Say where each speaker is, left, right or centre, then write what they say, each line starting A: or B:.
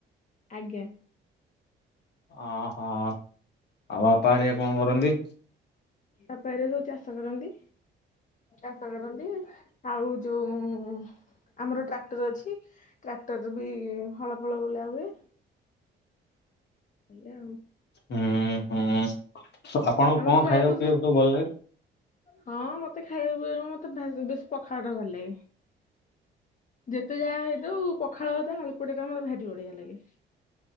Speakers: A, on the left (about 40°); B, on the left (about 60°).
A: ଆଜ୍ଞା।
B: ଓହୋ ଆଉ ବାପାା ହାରିକା କଣ କରନ୍ତି?
A: ବାପା ହେରିକା ସବୁ ଚାଷ କରନ୍ତି ଚାଷ କରନ୍ତି। ଆଉ ଯୋଉ ଉଁ ଆମର ଟ୍ରାକ୍ଟର ଅଛି ଟ୍ରାକ୍ଟର ରୃ ବି ହଳ ଫଳ ବୁଲା ହୁଏ। ଏଇଆ ଆଉ।
B: ହୁଁଁ ହୁଁ ଆପଣଙ୍କୁ
A: ଆମର
B: କଣ
A: ପ୍ରାୟତଃ
B: ଖାଇବାକୁ ପିଇବାକୁ ସବୁ ଭଲ ଲାଗେ?
A: ହଁ ମତେ ଖାଇବାକୁ ପିଇବାରୁ ମତେ ବେଶୀ ପଖାଳ ଟା ଭଲ ଲାଗେ। ଯେତେ ଯାହା ହେଇଥାଉ ପଖାଳ ଭାତ ଆଳୁ ପୋଡାଟା ମତେ ଭାରି ବଢିଆ ଲାଗେ।